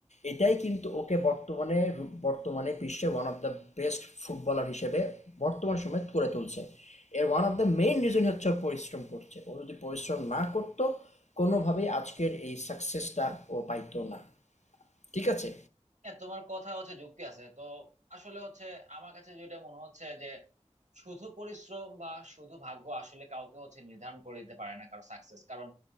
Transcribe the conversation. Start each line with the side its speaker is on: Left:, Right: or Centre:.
Left: এটাই কিন্তু ওকে বর্তমানে বর্তমানে বিশ্বের one of the best footballer হিসেবে বর্তমান সময়ে করে তুলছে এর ওয়ান অফ দ্য মেইন রিজনই হচ্ছে ও পরিশ্রম করছে ও যদি পরিশ্রম না করতো কোনোভাবেই আজকের এই সাকসেসটা ও পাইতো না ঠিক আছে
Right: হ্যাঁ তোমার কথা হচ্ছে যুক্তি আছে তো আসলে হচ্ছে আমার কাছে যেটা মনে হচ্ছে যে শুধু পরিশ্রম বা শুধু ভাগ্য আসলে কাউকে হচ্ছে নির্ধারণ করে দিতে পারে না কারো সাকসেস কারণ